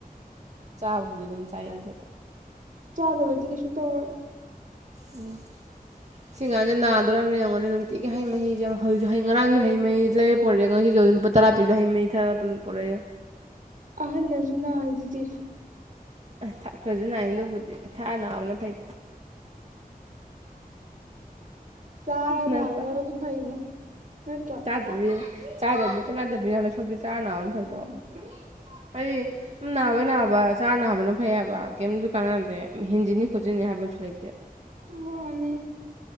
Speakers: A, on the right; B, on the right.
A: ꯆꯥꯕꯕꯨꯗꯤ ꯑꯗꯨꯝ ꯆꯥꯏ ꯑꯩꯁꯨ
B: <unintelligible>
A: ꯑꯣ ꯁꯤ ꯉꯥꯡꯁꯦ ꯅꯥꯗꯣꯔꯕꯅꯤ ꯌꯦꯡꯉꯣꯅꯦ ꯅꯨꯡꯇꯤꯒꯤ ꯍꯩ ꯃꯍꯤꯁꯦ ꯍꯩ ꯉꯔꯥꯡꯁꯨ ꯍꯩ ꯃꯍꯤ ꯂꯩꯔ ꯄꯨꯔꯛꯑ ꯉꯁꯤꯁꯨ ꯇꯔ ꯄꯤꯒ ꯍꯩ ꯃꯁꯤ ꯊꯛꯑꯥꯒꯥ ꯄꯨꯔꯛ ꯑ
B: ꯑꯍꯟꯅꯁꯨ ꯅꯥꯔꯤꯗꯨꯗꯤ
A: ꯊꯛꯇꯔ꯭ꯁꯨ ꯅꯥꯏ ꯑꯗꯨꯕꯨ ꯗꯤ ꯊꯛꯑꯥꯒꯥ ꯅꯕꯅꯥ ꯐꯩ
B: ꯆꯥꯔ
A: ꯅꯠꯇ꯭ꯔꯥ
B: ꯅꯥꯕꯅꯥꯕꯨꯗꯤ ꯐꯩꯅꯦ ꯅꯠꯇ꯭ꯔꯥ
A: ꯑꯗꯨꯗꯤ ꯆꯥꯗꯕꯤ ꯀꯅꯥꯅꯗꯕꯕꯤꯅꯗ ꯁꯣꯛꯇꯤ ꯆꯥ ꯅꯥꯕꯝ ꯐꯠꯇ꯭ꯔꯣ
B: ꯎꯝ
A: ꯍꯥꯏꯗꯤ ꯅꯥꯕꯩ ꯅꯥꯕ ꯆꯥꯔ ꯅꯥꯕꯅ ꯐꯩ ꯍꯥꯏꯕ ꯀꯩꯝꯁꯨ ꯀꯥꯟꯅꯗꯦ ꯍꯦꯟꯖꯤꯟꯅꯤ ꯈꯣꯠꯆꯤꯟꯅꯤ ꯍꯥꯏꯕꯁꯨ ꯂꯩꯇꯦ
B: ꯃꯥꯅꯦ